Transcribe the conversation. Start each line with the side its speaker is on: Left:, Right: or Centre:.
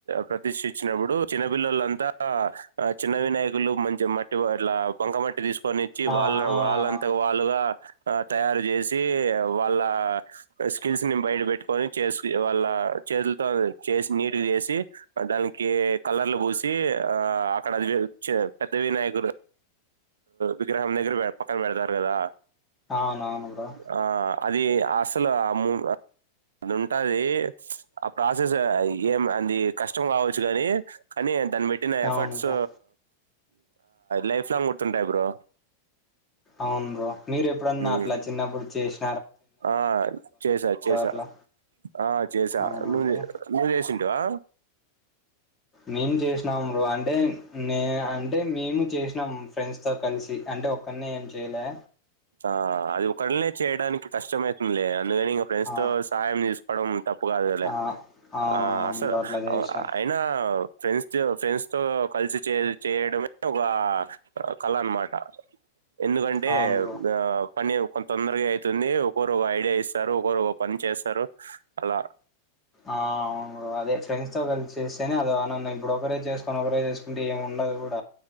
Right: ప్రతిష్టించినప్పుడు, చిన్నపిల్లలంతా చిన్న వినాయకులు మంచి మట్టి ఇట్లా బంక మట్టి తీసుకు కొనిచ్చి
Left: ఆ
Right: వాళ్ళ
Left: ఆ
Right: వాళ్ళంతకి వాళ్ళుగా, తయారుచేసి, వాళ్ళ స్కిల్స్ ని బయట పెట్టుకొని చేసి, వాళ్ళ చి చేతులతో చేసి, నీటుగ చేసి, దానికి కలర్లు పూసి ఆ అక్కడ అది పెద్ద వినాయకుడు, విగ్రహం దగ్గర పక్కన పెడతారు కదా!
Left: అవునవును బ్రో
Right: ఆ అది అసలు ఆ మొమ అది ఉంటాది. ఆ ప్రాసెస్ ఏం అది కష్టం కావచ్చు కాని, కానీ దాన్ని పెట్టిన ఎఫర్ట్స్
Left: అవును బ్రో
Right: లైఫ్ లాంగ్ ఆ గుర్తుంటాయి బ్రో.
Left: అవును బ్రో. మీరు ఎప్పుడన్నా
Right: హ్మ్.
Left: అట్ల చిన్నప్పుడు చేసి,
Right: ఆ చేసా. చేసా.
Left: అట్లా
Right: ఆ చేసా.
Left: అవునా
Right: నువ్
Left: బ్రో
Right: చే నువ్వు చేసిన్ తివా
Left: మేమ్ చేసినామ్ బ్రో. అంటే, మే అంటే మేము చేసినాం ఫ్రెండ్స్ తో కలిసి. అంటే, ఒక్కడినే ఏం చేయలే.
Right: ఆ అది ఒకళ్ల్దీనే చేయడానికి కష్టమైతుందిలే. ఎందుకనీ ఇంగ ఫ్రెండ్స్
Left: ఆ
Right: తో సహయం తీసుకోవడం తప్పు కాదులె
Left: ఆ
Right: ఆ
Left: అవును
Right: అసలు
Left: బ్రో అట్లా చేసిన
Right: అయినా, ఫ్రెండ్స్ ఫ్రెండ్స్ తో కలిసి చే చేయడమే ఒక కళ అనమాట. ఎందుకంటే,
Left: అవును బ్రో
Right: ఆ పని కొ తొందరగా అయితుంది. ఒక్కోరు ఒగో ఐడియా ఇస్తారు. ఒక్కోరు ఒగో పని చేస్తారు అలా
Left: ఆ అవును బ్రో. అదే ఫ్రెండ్స్ తో కలిసి చేస్తేనే అదో ఆనందం. ఇప్పుడు ఒకరే చేసుకొని, ఒకరే చేసుకుంటే ఏమున్ ఉండదు కూడ.